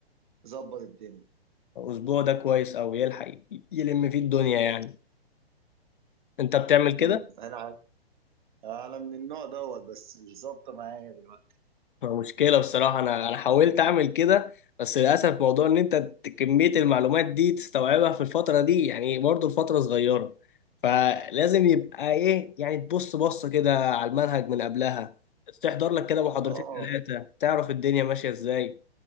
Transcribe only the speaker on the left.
الاسبوع ده كويس او يلحق ي- يلم فيه الدنيا يعني انت بتعمل كده
مشكلة بصراحة أنا أنا حاولت أعمل كده بس للأسف موضوع إن أنت ت- كمية المعلومات دي تستوعبها في الفترة دي يعني برضه الفترة صغيرة فلازم يبقى إيه يعني تبص بصة كده على المنهج من قبلها تحضر لك كده محاضرتين
ثلاثة تعرف الدنيا ماشية إزاي